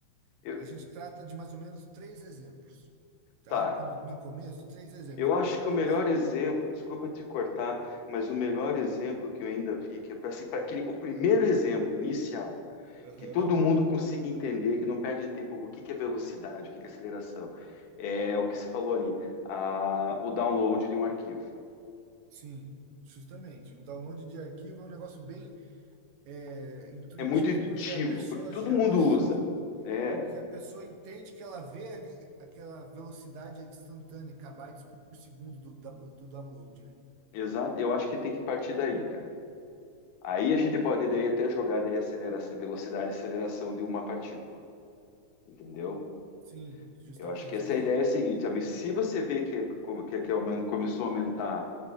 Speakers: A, on the left (about 90°); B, on the right (about 65°).
A: eu-
B: A gente trata de mais ou menos três exemplos, tá?
A: tá.
B: Quando no começo, três exemplos.
A: Eu acho que
B: Uma,
A: o melhor exemplo, desculpa te cortar, mas o melhor exemplo que eu ainda vi, que é para assim, pra aquele- o primeiro exemplo inicial,
B: aham,
A: que todo mundo consiga entender, que não perde tempo, o que que é velocidade, o que que é aceleração, é o que se falou ali, a- o download de um arquivo.
B: sim, justamente. O download de arquivo é um negócio bem é, intuitivo,
A: É muito intuitivo,
B: porque a pessoa
A: porque todo
B: já
A: mundo
B: baixou
A: usa. É,
B: e a pessoa entende que ela vê ali aquela velocidade instantânea, kbytes por por segundo do, da- do download, né?
A: exato. Eu acho que tem que partir daí, cara. Aí a gente pode daí até jogar daí aceleração, velocidade e aceleração de uma partícula, entendeu?
B: Sim, justamente.
A: Eu acho que essa
B: Daí,
A: é a ideia seguinte, amigo, se você vê que, é como- que, é, que aumen- começou a aumentar